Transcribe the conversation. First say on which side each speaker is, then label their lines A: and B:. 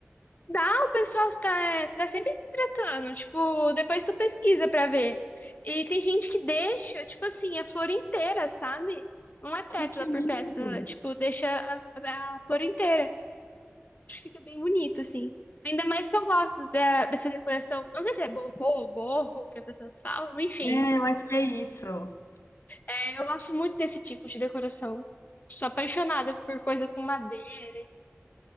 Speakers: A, on the left (about 40°); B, on the left (about 70°).
A: Dá, o pessoal está, é, tá sempre desidratando. Tipo, depois tu pesquisa pra ver. E tem gente que deixa, tipo assim, a flor inteira, sabe? Não é pétala
B: Ai, que
A: por
B: lindo!
A: pétala. Tipo, deixa a, a- a flor inteira. Acho que fica bem bonito, assim. Ainda mais que eu gosto da- dessa decoração. Não sei se é borrô, borro, que as pessoas falam. Enfim,
B: É, eu acho que é isso.
A: é, eu gosto muito desse tipo de decoração. Sou apaixonada por coisa com madeira.